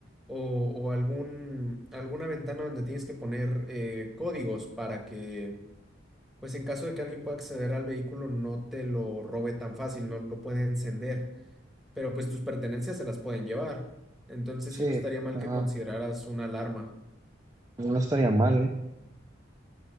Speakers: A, in the centre; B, on the right.
A: o, o algún, alguna ventana donde tienes que poner eh, códigos para que, pues en caso de que alguien pueda acceder al vehículo, no te lo robe tan fácil, no lo puede encender, pero pues tus pertenencias se las pueden llevar. Entonces
B: Sí,
A: sí, no estaría mal
B: ajá.
A: que consideraras una alarma.
B: No estaría mal, ¿eh?